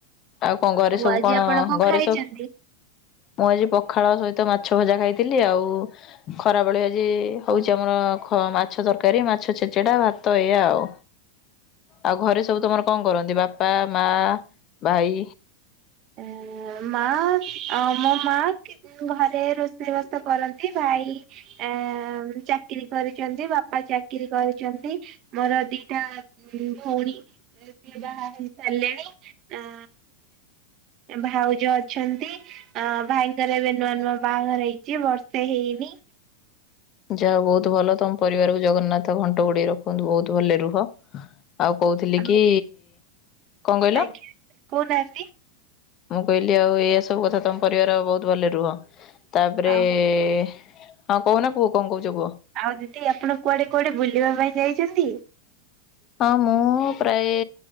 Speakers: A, on the left; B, on the right.
A: ଆଉ କଣ ଘରେ ସବୁ
B: ଆଜି
A: କଣ
B: ଆପଣ
A: ଘରେ
B: ଖାଇଛନ୍ତି?
A: ସବୁ ମୁଁ ଆଜି ପଖାଳ ସହିତ ମାଛ ଭଜା ଖାଇଥିଲି ଆଉ। ଖରାବେଳେ ଆଜି ହଉଛି ଆମର ଖ ମାଛ ତରକାରୀ ମାଛ ଛେଚେଡା ଭାତ ଏଇଆ ଆଉ। ଆଉ ଘରେ ସବୁ ତମର କଣ କରନ୍ତି ବାପା ମା ଭାଇ?
B: ଏ ମା ଆ ଅ ମୋ ମା କି ଘରେ ରୋଷେଇବାସ କରନ୍ତି ଭାଇ ଆ ଚାକିର କରିଛନ୍ତି ବାପା ଚାକିର କରିଛନ୍ତି। ମୋର ଦିଟା ଭଉଣୀ ସେ ବାହା ହେଇ ସାରିଲେଣି ଆ ଭାଉଜ ଅଛନ୍ତି ଅ ଭାଇଙ୍କର ଏବେ ନୂଆ ନୂଆ ବାହାଘର ହେଇଛି ବର୍ଷେ ହେଇନି।
A: ଯାହା ବହୁତ ଭଲ ତମ ପରିବାରକୁ ଜଗନ୍ନାଥ ଘଣ୍ଟ ଗୋଡେଇ ରଖନ୍ତୁ ବହୁତ ଭଲରେ ରୁହ। ଆଉ କହୁଥିଲି
B: ଆଉ
A: କି। କଣ କହିଲ?
B: ଆଜ୍ଞା କହୁନାହାନ୍ତି
A: ମୁଁ କହିଲି ଆଉ ଏଇଆ ସବୁ କଥା ତମ ପରିବାର ବହୁତ ତୁ ଭଲରେ ରୁହ ତାପରେ
B: ଆଉ
A: ହଁ କହୁନା କୁହ କଣ କହୁଛ କୁହ?
B: ଆଉ ଦିଦି ଆପଣ କୁଆଡ଼େ କୁଆଡ଼େ ବୁଲିବା ପାଇଁ ଯାଇଛନ୍ତି?
A: ହଁ ମୁଁ ପ୍ରାୟେ